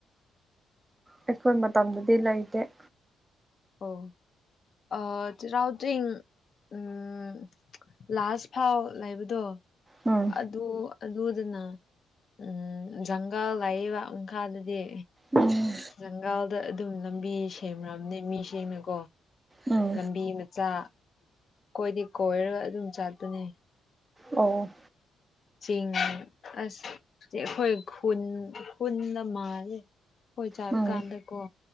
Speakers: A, on the right; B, on the left.
A: ꯑꯩꯈꯣꯏ ꯃꯇꯝꯗꯗꯤ ꯂꯩꯇꯦ
B: ꯑꯣ ꯑꯥ ꯆꯔꯥꯎ ꯆꯤꯡ ꯎꯝ ꯂꯥꯁ ꯐꯥꯎ ꯂꯩꯕꯗꯣ
A: ꯎꯝ
B: ꯑꯗꯨ ꯑꯗꯨꯗꯅ ꯎꯝ ꯖꯪꯒꯜ ꯂꯩꯑꯦꯕ ꯃꯈꯥꯗꯗꯤ
A: ꯎꯝ
B: ꯖꯪꯒꯜꯗ ꯑꯗꯨꯝ ꯂꯝꯕꯤ ꯁꯦꯝꯔꯝꯅꯦ ꯃꯤꯁꯤꯡꯅꯀꯣ
A: ꯎꯝ
B: ꯂꯝꯕꯤ ꯃꯆꯥ ꯀꯣꯏꯗꯤ ꯀꯣꯏꯔꯒ ꯑꯗꯨꯝ ꯆꯥꯠꯄꯅꯦ
A: ꯑꯣ
B: ꯆꯦꯡꯅꯦ ꯑꯁ ꯆꯦ ꯑꯩꯈꯣꯏ ꯈꯨꯟ ꯈꯨꯟꯗ ꯃꯥꯜꯂꯦ ꯍꯣꯏ ꯆꯥꯕ
A: ꯎꯝ
B: ꯀꯥꯟꯗꯀꯣ